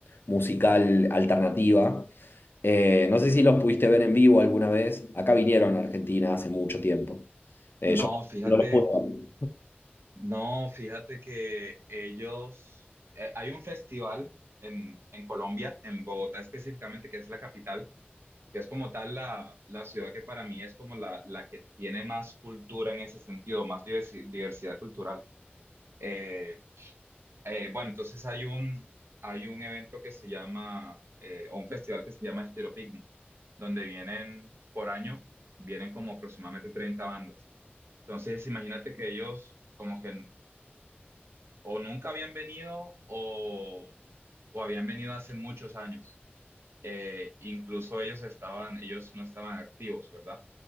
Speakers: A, on the left; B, on the right.
A: musical alternativa. Eh, no sé si los pudiste ver en vivo alguna vez. Acá vinieron a Argentina hace mucho tiempo. Eh,
B: No,
A: yo
B: fíjate.
A: no los pude
B: No, fíjate que ellos, eh, hay un festival en, en Colombia, en Bogotá específicamente, que es la capital, que es como tal la, la ciudad que para mí es como la, la que tiene más cultura en ese sentido, más diversi- diversidad cultural. Eh, eh, bueno, entonces hay un, hay un evento que se llama, eh, o un festival que se llama Estilo Picnic, donde vienen por año, vienen como aproximadamente 30 bandas. Entonces, imagínate que ellos como que o nunca habían venido o, o habían venido hace muchos años. Eh, incluso ellos estaban, ellos no estaban activos, ¿verdad?